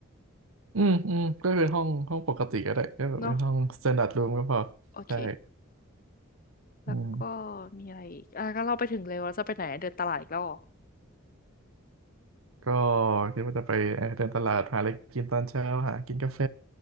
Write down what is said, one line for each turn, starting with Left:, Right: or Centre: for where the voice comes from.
Right: อืมอืมก็เป็นห้องห้องปกติก็ได้ก็แบบเป็นห้อง
Left: เนาะ
Right: standard room ก็พอใช่
Left: โอเค แล้วก็
Right: อืม
Left: มีอะไรอีกอ่ะก็เราไปถึงเล็วแลจะไปไหนเดินตลาดอีกแล้วเหรอ
Right: ก็คิดว่าจะไปเอ่อเดินตลาดหาอะไรกินตอนเช้าหากินกาแฟ